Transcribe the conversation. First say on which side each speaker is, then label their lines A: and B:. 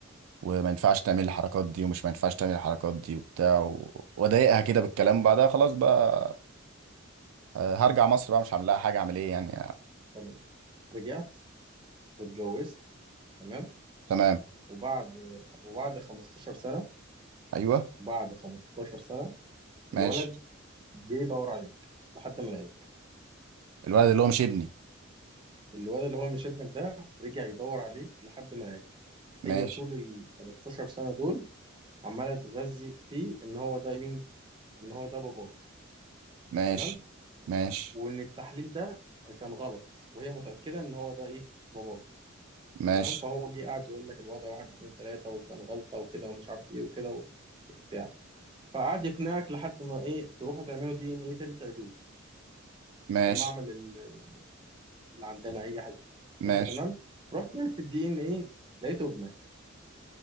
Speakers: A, on the right; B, on the right.
A: وما ينفعش تعمل الحركات دي ومش ما ينفعش تعمل الحركات دي وبتاع و... واضايقها كده بالكلام بعدها خلاص بقى آه، هرجع مصر بقى مش هعمل لها حاجه اعمل ايه يعني آه،
B: خلاص رجعت واتجوزت تمام
A: تمام
B: وبعد وبعد 15 سنة
A: ايوه
B: بعد 15 سنة الولد
A: ماشي
B: جه يدور عليك لحد ما لقاك
A: الولد اللي هو مش ابني
B: الولد اللي هو مش ابنك ده رجع يدور عليك لحد ما لقاك
A: ماشي
B: هي طول ال 15 سنة دول عمالة تغذي فيه ان هو ده مين؟ ان هو ده باباك
A: ماشي
B: تمام؟
A: ماشي
B: وان التحليل ده كان غلط وهي متاكده ان هو ده ايه باباك
A: ماشي
B: تمام فهو جه قعد يقول لك الوضع واحد اتنين تلاته وكان غلطه وكده ومش عارف ايه وكده وبتاع فقعد يقنعك لحد ما ايه تروحوا تعملوا دي ان ايه تاني تعيدوه
A: ماشي
B: في معمل ال- اللي عندنا اي حد
A: ماشي
B: ماشي تمام رحت عملت الدي ان ايه لقيته ابنك